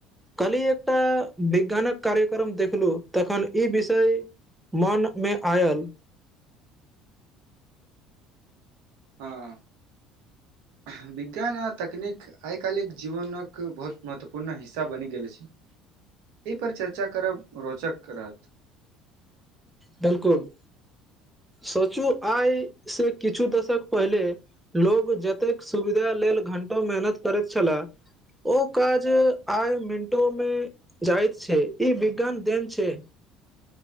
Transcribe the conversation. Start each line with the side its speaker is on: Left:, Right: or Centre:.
Centre: कल्हि एकटा विज्ञानक कार्यक्रम देखलु तखन ई विषय मन में आयल
Right: हँ <unintelligible> विज्ञान आ तकनीक आइ काल्हक जीवनक बहुत महत्वपूर्ण हिस्सा बनि गेल अछि एहि पर चर्चा करब रोचक रहत
Centre: बिल्कुल सोचू आय से किछु दशक पहिले लोग जतेक सुविधा लेल घंटो मेहनत करैत छलाह ओ काज आइ मिनटों में जाइत छै ई विज्ञान देन छै